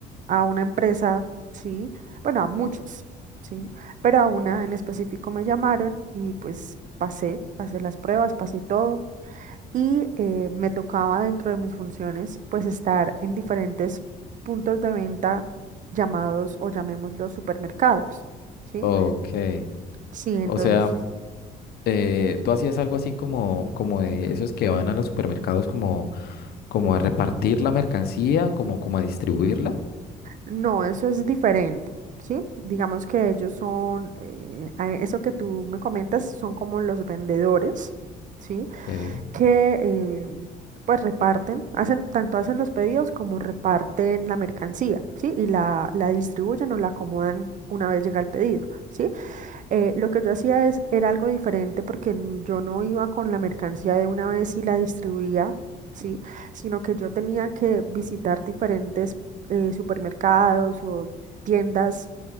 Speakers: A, on the right; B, on the left.
A: a una empresa, ¿sí? Bueno, a muchos, ¿sí? Pero a una en específico me llamaron y pues pasé, pasé las pruebas, pasé todo y eh, me tocaba dentro de mis funciones pues estar en diferentes puntos de venta llamados o llamémoslos supermercados, ¿sí?
B: ok.
A: Sí, entonces
B: O sea, eh, tú hacías algo así como, como de esos que van a los supermercados como, como a repartir la mercancía, como, como a distribuirla.
A: No, eso es diferente, ¿sí? Digamos que ellos son, eh, a- eso que tú me comentas, son como los vendedores, ¿sí?
B: Ok,
A: Que eh, pues reparten, hacen, tanto hacen los pedidos como reparten la mercancía, ¿sí? Y la, la distribuyen o la acomodan una vez llega el pedido, ¿sí? eh, lo que yo hacía es, era algo diferente porque n- yo no iba con la mercancía de una vez y la distribuía, ¿sí? Sino que yo tenía que visitar diferentes eh, supermercados o tiendas